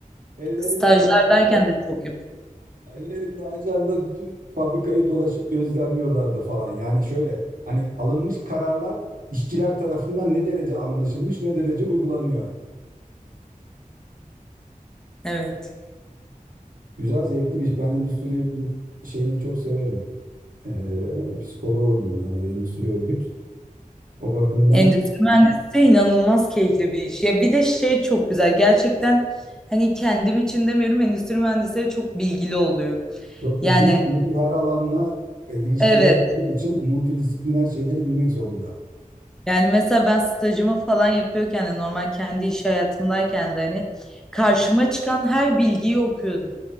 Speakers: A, on the right; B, in the centre.
A: Ellerinde
B: stajlardayken
A: ajanda,
B: de çok yap.
A: ellerinde ajanda bütün fabrikayı dolaşıp gözlemliyorlardı falan. Yani şöyle hani alınmış kararlar işçiler tarafından ne derece anlaşılmış, ne derece uygulanıyor.
B: Evet.
A: Güzel, zevkli bir iş. Ben endüstri şeyini çok severim. Ee, psikoloğuyum yani endüstri örgüt. O bakımdan
B: Endüstri mühendisliği inanılmaz keyifli bir iş. Ya bir de şey çok güzel. Gerçekten hani kendim için demiyorum endüstri mühendisleri çok bilgili oluyor.
A: çok
B: Yani
A: ilgili çünkü her alanla e, ilişkileri
B: evet.
A: olduğu için multidisipliner şeyleri bilmek zorunda.
B: Yani mesela ben stajımı falan yapıyorken de normal kendi iş hayatımdayken de hani karşıma çıkan her bilgiyi okuyordum.